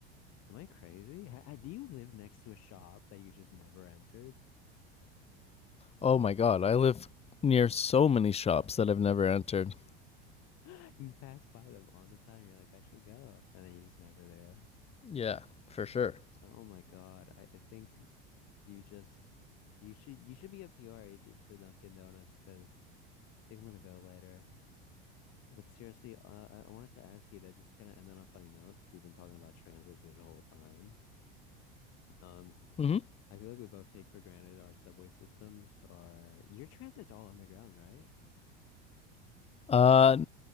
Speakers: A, on the left; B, on the left.
A: am I crazy? Ha- ha- do you live next to a shop that you just never entered?
B: Oh my god, I live near so many shops that I've never entered.
A: <gasps> You pass by them all the time. You're like, I should go. And then you just never do.
B: Yeah, for sure.
A: Oh my God. I, I think you just, you should, you should be a PR agent for Dunkin' Donuts because I think I'm gonna go later. But seriously, uh, I I wanted to ask you that just to kind of end on a funny note because we've been talking about transit this whole time. Um,
B: Mm-hmm.
A: I feel like we both take for granted our subway systems are your transit's all underground, right?
B: Uh,